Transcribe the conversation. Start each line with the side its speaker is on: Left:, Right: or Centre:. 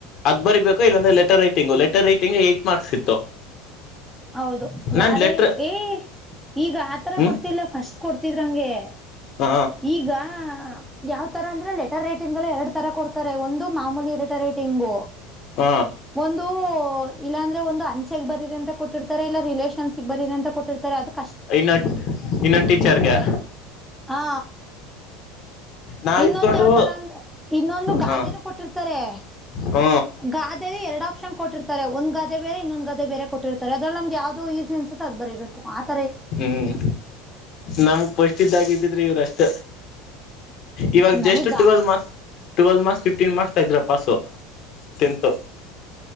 Left: ಅದ್ ಬರಿಬೇಕು ಇಲ್ಲಾಂದ್ರೆ letter writing letter writing eight marks ಇತ್ತು
Centre: ಹೌದು
Left: ನಾನ್
Centre: ಗಾದೆ
Left: ಲೆಟ್ರ್
Centre: ಏ ಈಗ ಆತರ
Left: ಹ್ಮ್
Centre: ಕೊಡ್ತಿಲ್ಲ ಫಸ್ಟ್ ಕೊಡ್ತ ಹುಟ್ಟಿದಂಗೆ
Left: ಹ
Centre: ಈಗ ಯಾತರ ಅಂಗೆ ಲೆಟರ್ ರೈಟ್ ತಿಂಗಳ ಎರಡ್ ತರ ಕೊಡ್ತಾರೆ ಒಂದು ಮಾಮೂಲಿ ಇರಟ ರೇಟಿಂಗು
Left: ಹ
Centre: ಒಂದು ಇಲ್ಲಾಂದ್ರೆ ಒಂದು ಅ ಚೆಗ್ ಬರರಿ ಅಂತ ಕೊಟ್ಟಿತಾರೆ ಇಲ್ಲ ರಿಲೇಷನ್ಸ್ಗೆ ಬರರಿ ಅಂತ ಕೊಟ್ಟಿತಾರೆ ಅದಕ್ಕೆ
Left: ಇನ್ನ ಇನ್ನೊ ಟೀಚರ್ಗೆ
Centre: ಹಾ
Left: ನಾವ್
Centre: ಇನ್ನೊಂದು
Left: ಇತ್ಕೊಂಡು
Centre: ಯಾವತರ ಇನ್ನೊಂದು ಗಾದೆನ
Left: ಹ
Centre: ಕೊಟ್ಟಿರ್ತಾರೆ
Left: ಹ್ಮ
Centre: ಗಾದರಿ ಎರಡು ಅಪ್ ಕ್ಷನ್ ಕೊಟ್ಟಿರ್ರೆ ಒಂದ ಗಾದೆ ಬೇರೆ ಇನ್ನೊಂದು ಗಾದೆ ಬೇರೆ ಕೊಟ್ಟಿತಾರೆ ಅದ್ರಲ್ಲಿ ನಮಗೆ ಯಾವವುದ ಈಸ ಅನ್ಸುತ್ತೆ ಅದು ಬರಿಬೇಕ್ ಮತ್
Left: ಹ್ಮ್ ನಮಗ್ ಪಸ್ಟ್ಗಿದ್ದಿದ್ರಿ ಇವ್ರಷ್ಟ ಇವಾಗ
Centre: ನನೀಗ
Left: ಜಸ್ಟ್ twelve marks twelve marks fifteen marks ತ ಇದ್ದ್ರ ಪಾಸು ತೆಂತು